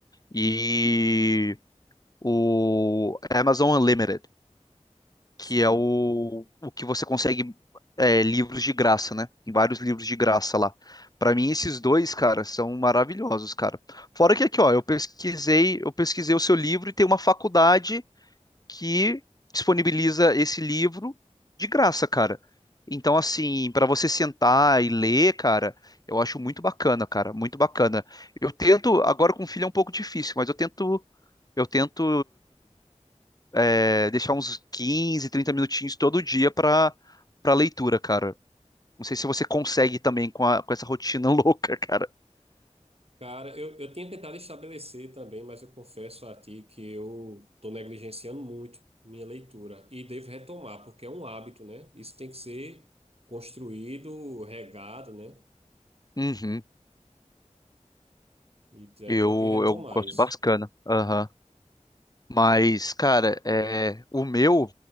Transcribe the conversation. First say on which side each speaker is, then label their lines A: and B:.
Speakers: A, on the left; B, on the right.
A: e o Amazon Unlimited. que
B: Sim.
A: é o, o que você consegue é, livros de graça, né? Tem vários livros de graça lá. Pra mim, esses dois, cara, são maravilhosos, cara. Fora que aqui, ó, eu pesquisei, eu pesquisei o seu livro e tem uma faculdade que disponibiliza esse livro de graça, cara. Então, assim, pra você sentar e ler, cara, eu acho muito bacana, cara, muito bacana. Eu tento, agora com o filho é um pouco difícil, mas eu tento, eu tento é, deixar uns 15 30 minutinhos todo dia para para leitura, cara. Não sei se você consegue também com, a- com essa rotina <laughs> louca, cara.
B: Cara, eu, eu tinha tentado estabelecer também, mas eu confesso a ti que eu estou negligenciando muito minha leitura e devo retomar, porque é um hábito, né? Isso tem que ser construído, regado, né?
A: Uhum.
B: E aí
A: Eu,
B: tenho que retomar
A: eu gosto
B: isso.
A: bacana. Aham. Mas, cara, é, o meu,